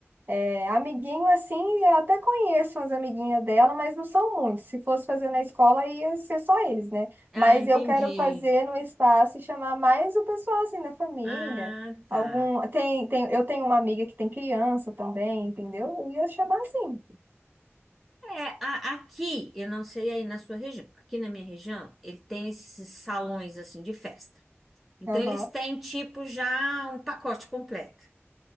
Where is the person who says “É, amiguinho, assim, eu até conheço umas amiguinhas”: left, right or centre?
Right